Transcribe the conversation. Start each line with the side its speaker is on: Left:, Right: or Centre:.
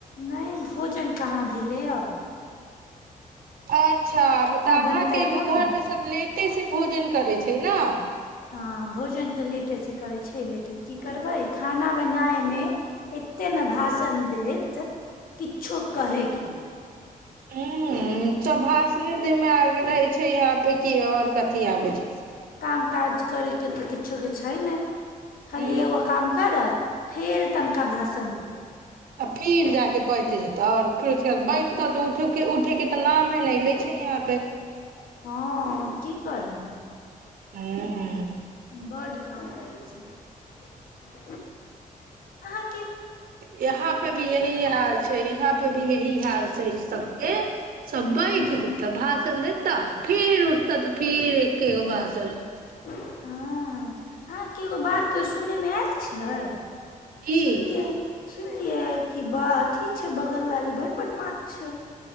Left: नहि भोजन कहाँ भी ले अब
Right: अच्छा मतलब अहाँके
Left: बनतै
Right: भी
Left: तब
Right: घरमे
Left: ने
Right: सभ लेटेसँ भोजन करै छै न
Left: हँ भोजन तऽ लेटेसँ करै छै लेकिन की करबै खाना बनायमे एतेक ने भाषण देत किछो कहैके नहि
Right: हूँ सभ भाषण ने दैय मे आगे रहे छै यहाँ पे कि आओर कथि आबे छै सबके
Left: काम काज करय के तऽ किछोके छै नै खाली
Right: ह
Left: एगो काम करत फेर तनका भाषण दे-
Right: आ फेर जा कऽ बैठ जेतह आओर फिर से बैठतह तऽ उठये उठयके तऽ नामे नहि लै छै यहाँ पे
Left: हँ की करब
Right: हूँ
Left: बड्ड काम रहै छै आँय
Right: यहाँ पे भी यही हाल छै यहाँ पे भी यही हाल छै सबके सब बैठ
Left: हूँ,
Right: जेत भाषण देताह फेर उठत तऽ फेर एकेगो भाषण
Left: हँ अहाँके एगो बात सुनैय मे एल छै
Right: की
Left: सुनलियै सुनलियै की बा अथि छै बगल वाली बढ‌ बदमाश छै